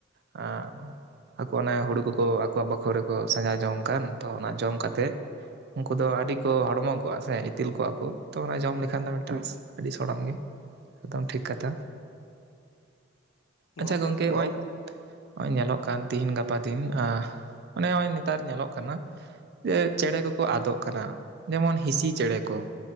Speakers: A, on the right; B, on the left.
A: ᱟᱸ ᱟᱠᱚ ᱚᱱᱮ ᱦᱳᱲᱩ ᱠᱚᱠᱚ ᱟᱠᱚᱣᱟᱜ ᱵᱟᱠᱷᱳ ᱨᱮᱠᱚ ᱥᱟᱡᱟ ᱡᱚᱝ ᱠᱟᱱ ᱛᱚ ᱚᱱᱟ ᱡᱚᱢ ᱠᱟᱛᱮ ᱩᱝᱠᱩ ᱫᱚ ᱟᱹᱰᱤ ᱠᱚ ᱦᱚᱲᱢᱚ ᱠᱚᱜ-ᱟ ᱥᱮ ᱤᱛᱤᱞ ᱠᱚ ᱚ ᱛᱚ ᱚᱱᱟ ᱡᱚᱢ
B: ᱦᱮᱸ
A: ᱞᱮᱠᱷᱟᱱ ᱫᱚ ᱢᱤᱫᱴᱟᱱ ᱟᱹᱰᱤ ᱥᱚᱲᱚᱢ ᱜᱮ, ᱮᱠᱫᱚᱢ
B: ᱦᱮᱸ
A: ᱴᱷᱤᱠ ᱠᱟᱛᱷᱟ ᱟᱪᱪᱷᱟ
B: ᱜᱚᱝᱠᱮ
A: ᱜᱚᱝᱠ
B: ᱦᱮᱸ
A: ᱦᱟᱸᱭ ᱦᱚᱸᱜᱼᱚᱭ ᱧᱮᱞᱚᱜ ᱠᱟᱱ ᱛᱤᱦᱤᱧ ᱜᱟᱯᱟ ᱫᱤᱱ ᱢᱟᱱᱮ ᱱᱚᱜᱼᱚᱸᱚᱭ ᱱᱮᱛᱟᱨ ᱧᱮᱞᱚᱜ ᱠᱟᱱᱟ ᱪᱮᱬᱮ ᱠᱚᱠᱚ ᱟᱫᱚᱜ ᱠᱟᱱᱟ ᱡᱮᱢᱚᱱ ᱦᱤᱸᱤᱥᱤ ᱪᱮᱬᱮ ᱠᱚ